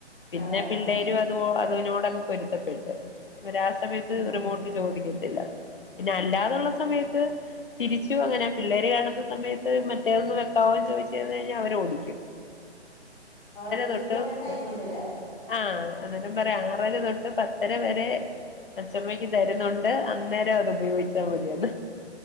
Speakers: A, on the left; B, in the centre.
A: പിന്നെ
B: ആഹ്
A: പിള്ളേര അത് പോലെ ത്തങ് പൊരുത്തപ്പെട്ട് ഓര് ആ സമയത്ത്
B: ഉം
A: റിമോട്ട് ചോദിക്കും പിന്നെ അല്ലാതുള്ള സമയത്ത് തിരിച്ചു അങ്ങനെ പിള്ളേര് കാണുന്ന സമയത്ത് മറ്റേതന്ന് വെക്കാവോന്ന് ചോദിച്ചു കഴിഞ്ഞാൽ അവരോഓടിക്കും
B: രോരുത്തർക്ക്
A: തൊട്ട്
B: ഒര ടൈം ഉണ്ട്ല്ലേ
A: ആഹ് അന്നേരം പറയാം ആറര തൊട്ട് പത്തര വരെ അച്ചമ്മയ്ക്ക് തരുന്നുണ്ട് <unintelligible> അന്നേരം അത് ഉപയോഗിച്ചാ മതിയന്ന്